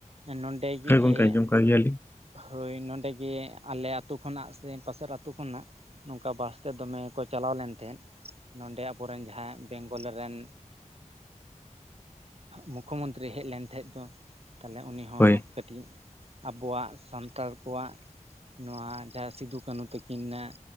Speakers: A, on the right (about 45°); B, on the left (about 15°).
A: ᱱᱚᱰᱮ ᱜᱮ
B: ᱦᱳᱭ ᱜᱚᱝᱠᱮ
A: ᱤᱭᱟᱹᱭᱟ
B: ᱟᱸᱡᱚᱢ ᱠᱟᱜ ᱜᱮᱭᱟᱞᱤᱧ
A: ᱦᱳᱭ ᱱᱚᱰᱮ ᱜᱮ ᱟᱞᱮ ᱟᱛᱳ ᱠᱷᱚᱱᱟᱜ ᱥᱮ ᱯᱟᱥᱮᱨ ᱟᱛᱳ ᱠᱷᱚᱱᱟᱜ ᱱᱚᱝᱠᱟ ᱵᱟᱥ ᱛᱮ ᱫᱚᱢᱮ ᱠᱚ ᱪᱟᱞᱟᱣ ᱞᱮᱱ ᱛᱟᱦᱮᱸ ᱱᱚᱰᱮ ᱟᱵᱚᱨᱮᱱ ᱡᱟᱦᱟᱸᱭ ᱵᱮᱝᱜᱚᱞ ᱨᱮᱱ ᱢᱩᱠᱠᱷᱳ ᱢᱚᱱᱛᱨᱤ ᱦᱮᱡ ᱞᱮᱱ ᱛᱟᱦᱮᱸᱡ ᱛᱚ ᱛᱟᱦᱞᱮ ᱩᱱᱤ ᱦᱚᱸ
B: ᱦᱳᱭ
A: ᱠᱟᱹᱴᱤᱡ ᱟᱵᱚᱣᱟᱜ ᱥᱟᱱᱛᱟᱲ ᱠᱚᱣᱟᱜ ᱱᱚᱣᱟ ᱡᱟᱦᱟᱸ ᱥᱤᱫᱩ ᱠᱟᱹᱱᱦᱩ ᱛᱟᱹᱠᱤᱱᱟᱜ